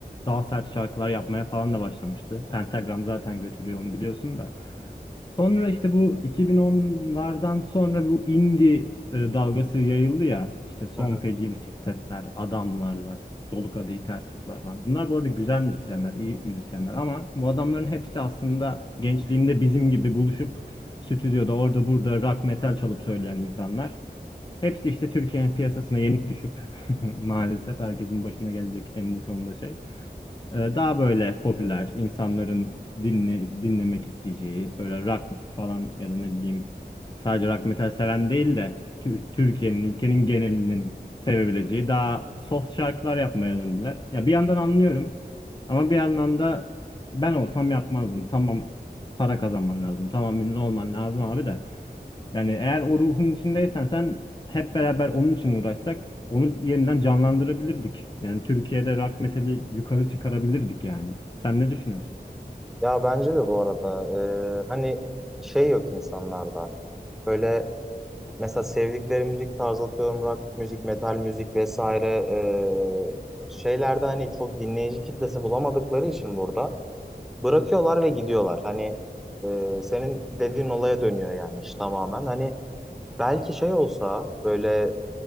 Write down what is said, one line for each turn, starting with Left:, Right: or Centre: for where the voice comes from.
Left: daha sert şarkılar yapmaya falan da başlamıştı. Pentagram zaten götürüyor onu biliyorsun da. Sonra işte bu 2010'lardan sonra bu indie e, dalgası yayıldı ya. İşte Son
Centre: Hı hı.
Left: Feci Bisikletler, Adamlarlar. Dolu Kadehi Ters Tutlar falan. Bunlar bu arada güzel müzisyenler, iyi müzisyenler ama bu adamların hepsi aslında gençliğinde bizim gibi buluşup stüdyoda orada burada rock metal çalıp söyleyen insanlar. Hepsi işte Türkiye'nin piyasasına yenik düşüp <laughs> maalesef herkesin başına gelecek eninde sonunda şey. Ee, Daha böyle popüler insanların dinle, dinlemek isteyeceği böyle rock falan ya da ne bileyim sadece rock metal seven değil de Tür- Türkiye'nin ülkenin genelinin sevebileceği daha soft şarkılar yapmaya döndüler. Ya bir yandan anlıyorum ama bir yandan da ben olsam yapmazdım. Tamam para kazanman lazım. Tamam ünlü olman lazım abi de. Yani eğer o ruhun içindeysen sen hep beraber onun için uğraşsak onu yeniden canlandırabilirdik. Yani Türkiye'de rock metali yukarı çıkarabilirdik yani. Sen ne düşünüyorsun?
Centre: Ya bence de bu arada e, hani şey yok insanlarda. Böyle mesela sevdikleri müzik tarzı atıyorum rock müzik, metal müzik vesaire e, şeylerde hani çok dinleyici kitlesi bulamadıkları için burada bırakıyorlar ve gidiyorlar. Hani e, senin dediğin olaya dönüyor yani iş tamamen. Hani Belki şey olsa böyle